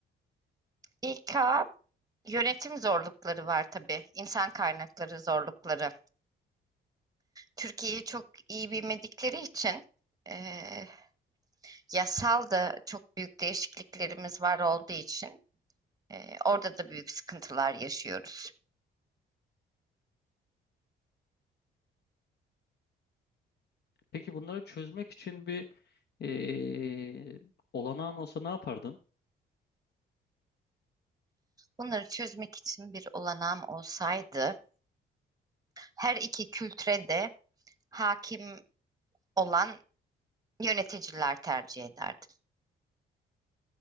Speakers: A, on the right; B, on the left.
A: İK yönetim zorlukları var tabii. İnsan kaynakları zorlukları. Türkiye'yi çok iyi bilmedikleri için e, Yasal da çok büyük değişikliklerimiz var olduğu için e, orada da büyük sıkıntılar yaşıyoruz.
B: Peki bunları çözmek için bir eee olanağın olsa ne yapardın?
A: Bunları çözmek için bir olanağım olsaydı her iki kültüre de hakim olan yöneticiler tercih ederdim.